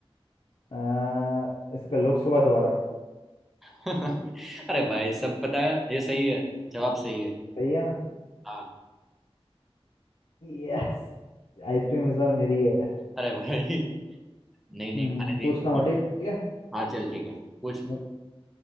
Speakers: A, on the left; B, in the centre.
A: अ, इसका लोकसभा द्वारा
B: <laughs> अरे भाई सब पता है ये सही है जवाब सही है
A: सही है ना
B: हाँ
A: यस आइसक्रीम इस बार मेरी है
B: अरे भाई नहीं नहीं
A: हम्म
B: खाने दिन
A: पूछता हूँ ठीक है
B: हाँ चल ठीक है पूछ
A: मैं